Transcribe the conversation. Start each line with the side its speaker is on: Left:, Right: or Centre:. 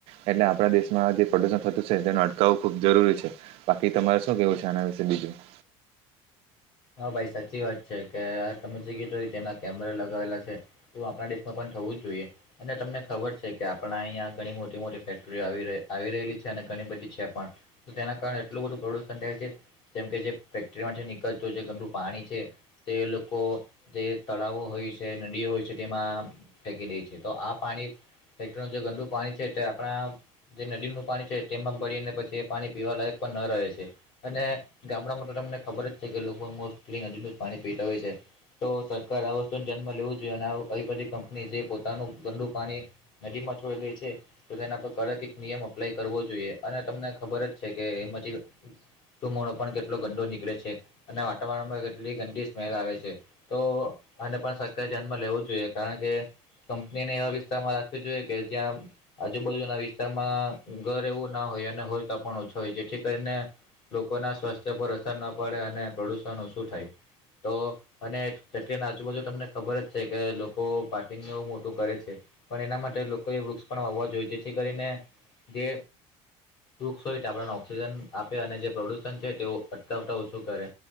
Right: એટલે આપણા દેશમાં જે પ્રદુષણ થતું છે. તેને અટકાવવું ખુબ જરૂરી છે. બાકી તમારે શું કેવું છે? આના વિશે બીજું?
Left: હા ભાઈ સાચી વાત છે કે આ તમે જે કીધું તેના કેમેરા લગાવેલા છે. તો આપણા દેશમાં પણ થવું જ જોઈએ અને તમને ખબર છે કે આપણા અહીંયા ઘણી મોટી મોટી ફેક્ટરીઓ આવી આવી રહેલી છે અને ઘણી બધી છે પણ તેના કારણે એટલું બધું પ્રદુષણ થાય છે જેમ કે જે ફેક્ટરીમાં જે નીકળત જે ગંદું પાણી છે તે લોકો જે તળાવો હોય છે નદીઓ હોય છે તેમાં ફેંકી દે છે તો આ પાણી ફેક્ટનું જે ગંદુ પાણી છે તે આપણા, જે નદીનું પાણી છે માં ભરીને પછી એ પાણી પીવાલાયક પણ ન રહે છે અને ગામડામાં તો તમને ખબર જ છે કે લોકો મોસ્ટલી નદીનું જ પાણી પીતા હોય છે તો સરકારારે આ વસ્તુ જન્મ લેવો જોઈએ અને પાી કંપની જે પોતાનું ગડુ પાણી નદી માં છોડી દઈ છે તો તેના પર કડક એક નિયમ અપ્લાય કરવો જોઈએ અને તમને ખબર જ છે કે એમાં તુ મોનો પણ કેટલો ગંદો નીકળે છે અને વાતાવરણમાં કેટલી ગંદી સ્મેલ આવે છે તો આને પણ સક્ય જન્મ લેવું જ જોઈએ કારણ કે કંપનીને એવા વિસ્તારમાં રાખવી જોઈએ કે જ્યાં આજુબાજુના વિસ્તારમાં ઘર એવું ના હોય અને હોય તોાપ ઓછું હોય જેથી કરીને લોકોના સ્વાસ્થ્ય પર અસર ના પડે અને પ્રદુષણ ઓછું થાય તો, અને ફકરીને આજુબાજુ તમને ખબર જ છે કે લોકો પાર્કિંગને એવું મોટું કરે છે. પણ એના માટે લોકોએ વૃક્ષ પણ વાવા જોઈએ જેથી કરીને જે, વૃક્ષ હોય આપણને ઓક્સિજન આપે અને જે પ્રદુષણ છે તે અટકાવતા ઓછું કરે.